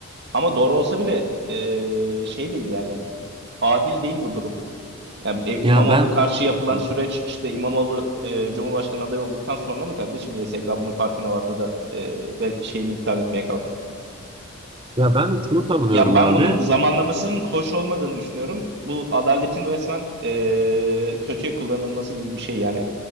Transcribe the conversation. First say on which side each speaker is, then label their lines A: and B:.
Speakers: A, on the right; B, on the right.
A: Ama doğru olsa bile e, şey değil yani adil değil bu durum. Ya e, İmamoğlu'na
B: Ya ben
A: karşı yapılan
B: Hı
A: süreç
B: hı.
A: işte İmamoğlu e, Cumhurbaşkanı adayı olduktan sonra mı kardeşim YSK bunun farkına vardı da e, be- şeyini iptal etmeye kalktı?
B: ya ben şunu savunuyorum
A: Ya ben
B: abi.
A: bunun zamanlamasının hoş olmadığını düşünüyorum. Bu adaletin resmen e, kötüye kullanılması gibi bir şey yani